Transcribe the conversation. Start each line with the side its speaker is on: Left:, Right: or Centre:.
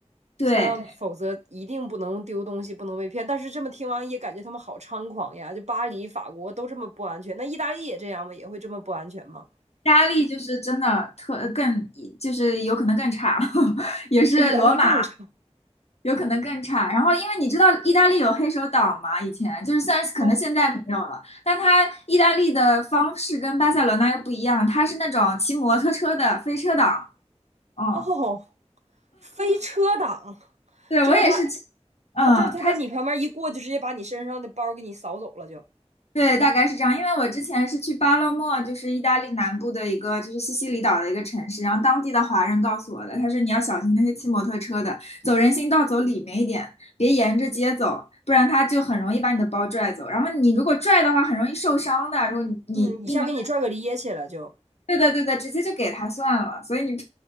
Left: 对，
Right: 千万，对否则一定不能丢东西，不能被骗。但是这么听完也感觉他们好猖狂呀！就巴黎、法国都这么不安全，那意大利也这样吗？也会这么不安全吗？
Left: 压力就是真的特呃更，就是有可能更差，<laughs> 也是罗马
Right: 意大利更差。
Left: 有可能更差。然后，因为你知道意大利有黑手党嘛，以前就是虽然可能现在没有了，
Right: 猖
Left: 但它意大利的方式跟巴塞罗那又不一样，它是那种骑摩托车的飞车党。嗯，
Right: 哦哦，飞车党
Left: 对，
Right: 就是他，
Left: 我也是骑，嗯，
Right: 他就是他在你旁边一过，
Left: 它
Right: 就直接把你身上的包给你扫走了，就
Left: 对，大概是这样。因为我之前是去巴勒莫，就是意大利南部的一个，就是西西里岛的一个城市。然后当地的华人告诉我的，他说你要小心那些骑摩托车的，走人行道走里面一点，别沿着街走，不然他就很容易把你的包拽走。然后你如果拽的话，很容易受伤的。如果你你硬拉，
Right: 嗯，一下给你拽个趔趄了就。
Left: 对的对的，直接就给他算了。所以你